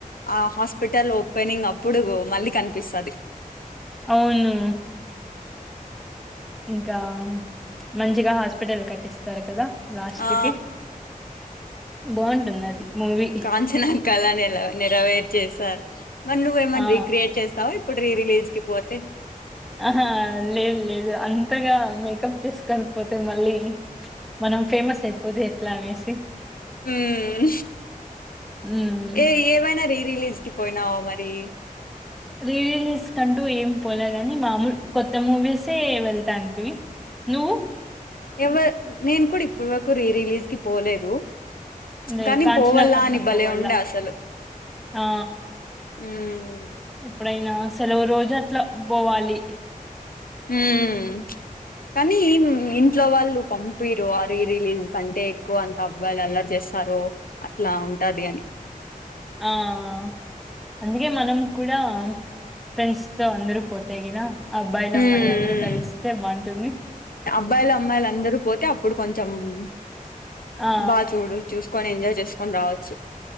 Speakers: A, on the left; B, in the centre.
A: ఆ హాస్పిటల్ ఓపెనింగ్ అప్పుడుగు మళ్ళీ కనిపిస్తుంది
B: అవును ఇంకా మంచిగా హాస్పిటల్ కట్టిస్తారు కదా లాస్ట్
A: ఆ
B: కి బావుంటుంది అది మూవీ
A: కాంచనా కల నెల నెరవేర్చేసారు మరి నువ్వేమన్న
B: ఆ
A: రీక్రియేట్ చేస్తావ ఇప్పుడు రీరిలీజ్ కి పోతే
B: అ ఆ లేదు లేదు అం అంతగా మేకప్ చేసుకొని పోతే మళ్ళీ మనం ఫేమస్ అయిపోతే ఎట్లా అనేసి
A: మ్మ్
B: హుమ్
A: ఏ ఏమైనా రీ రిలీజ్ కి పోయినావా మరి
B: రీ రిలీజ్ కంటూ ఏం పోలే గాని మామూలు కొత్త మూవీసే వెళ్తాంటిమి నువ్వు
A: ఎవర్ నేను కూడా ఇప్పటి వరకు రీరిలీజ్ కి పోలేదు
B: మే
A: కానీ
B: కాంచనాకన్నా
A: పోవల్లా అని భలే
B: పోవాల్ల
A: ఉండే అసలు
B: ఆ
A: ఉమ్
B: ఎప్పుడైనా సెలవు రోజు అట్లా బోవాలి
A: హ్మ్ ప్చ్ కానీ మ్ ఇంట్లో వాళ్ళు పంపిరు ఆ రీరిలీజ్ కంటే ఎక్కువ అంత అబ్బాయిలు అల్లరి చేస్తారు అట్లా ఉంటాది అని.
B: ఆహ్ అందుకే మనం కూడా ఫ్రెండ్స్ తో అందరు పోతేగిన అబ్బాయిలు
A: మ్మ్
B: అమ్మాయిలు అందరూ కలిస్తే బాంటుంది
A: బ్బాయిలు అమ్మాయిలు అందరూ పోతే అప్పుడు కొంచెం ప్చ్
B: ఆ
A: బా చూడ చూస్త కొని ఎంజాయ్ చేసుకొని రావచ్చు